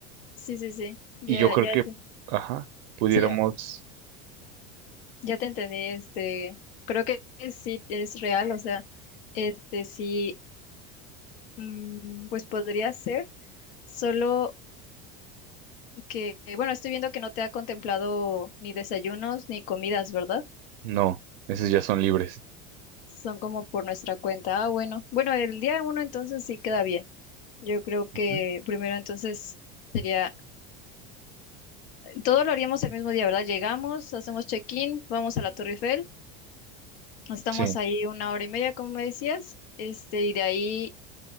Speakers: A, on the left; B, on the right.
A: Sí, sí, sí. Ya,
B: Y yo creo
A: ya.
B: que,
A: te-
B: ajá, pudiéramos.
A: Sí, Ya te entendí, este, creo que sí es real, o sea, este sí, mm, pues podría ser, solo que, bueno, estoy viendo que no te ha contemplado ni desayunos ni comidas, ¿verdad?
B: No, esas ya son libres.
A: Son como por nuestra cuenta. Ah, bueno, bueno, el día uno entonces sí queda bien. Yo creo que
B: Ujú.
A: primero entonces sería, todo lo haríamos el mismo día, ¿verdad? Llegamos, hacemos check-in, vamos a la Torre Eiffel, estamos
B: Sí,
A: ahí una hora y media, como me decías, este, y de ahí